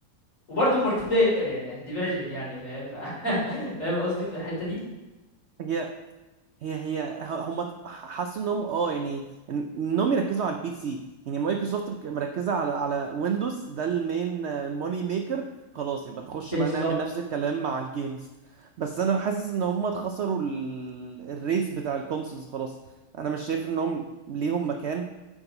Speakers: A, on the left (about 50°); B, on the right (about 65°).
A: وبرضه مالتي بلاير يعني اكتيفيشن يعني فاهم ف... <laughs> فاهم قصدي في الحتة دي
B: هي هي هي ه- هم حسوا انهم اه يعني إن- انهم يركزوا على البي سي يعني مايكروسوفت بك- مركزه على على ويندوز ده المين موني ميكر خلاص يبقى نخش
A: بالظبط
B: بقى نعمل نفس الكلام مع الجيمز بس انا حاسس ان هم اتخسروا ال- الريس بتاع الكونسولز خلاص انا مش شايف انهم ليهم مكان